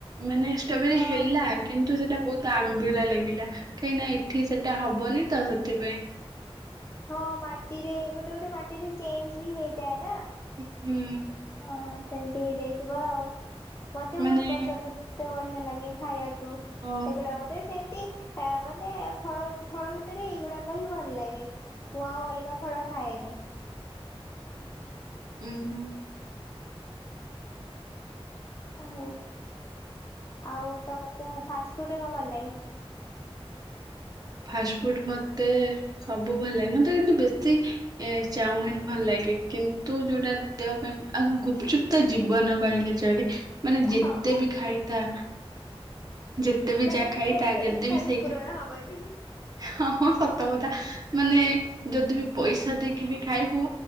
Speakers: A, on the right (about 40°); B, on the left (about 25°).
A: ମାନେ ଷ୍ଟ୍ରବେରୀ
B: ହଁ
A: ହେଲା କିନ୍ତୁ ସେ ସେଟା ବହୁତ ଆମ୍ବିଳା ଲାଗିଲା କାହିଁକିନା ଏଠି ସେଟା ହବନି ତ ସେଥିପାଇଁ।
B: ହଁ ମାଟିରେ ଗୋଟେ ଗୋଟେ ମାଟିରେ ଚେଞ୍ଜ ବି ହେଇଯାଏ ନା।
A: ହୁଁ।
B: ହଁ। ସେମତି ହେଇଯାଇଥିବ ଆଉ। ମତେ
A: ମାନେ
B: ବହୁତ ପସନ୍ଦ ଢିଆ ଲାଗେ ଖାଇଵାକୁ।
A: ଅ ଉଁ
B: ହେଇଥିଲା ବୋଧେ ସେମତି ମାନେ ଫଳ ଫଳ ଭିତରେ ଏଇଗୁଡାକ ହିଁ ଭଲ ଲାଗେ ମୁଁ ଆଉ ଅଲଗା ଫଳ ଖାଏନି।
A: ହୁଁ ହୁଁ।
B: ହ ଆଉ ତମକୁ ଫାଷ୍ଟ୍ଟ ଫୁଡରେ କଣ ଭଲ ଲାଗେ?
A: ଫାଷ୍ଟ ଫୁଡ ମତେ ସବୁ ଭଲ ଲାଗେ ମତେ କିନ୍ତୁ ବେଶୀ ଏ ଚାଉମିିନ ଭଲ ଲାଗେ କିନ୍ତୁ ଯୋଉଟା ଦେହ ପାଇଁ ଆଉ ଗୁପଚୁପ୍ତ ଜୀବନ କହିଲେ ଚଳେ। ମାନେ ଯେତେ
B: ହଁ
A: ବି ଖାଇଥା ଯେତେ ବି
B: ମାନେ
A: ଯା ଖାଇଥା
B: ସେ
A: ଯେଦେବ
B: ଇଚ୍ଛା ବି
A: ସେଇଟା
B: ପୂରଣ ହବନି
A: ହଁ ହଁ ସତ କଥା ମାନେ ଯଦି ବି ପଇସା ଦେଇକି ବି ଖାଇବୁ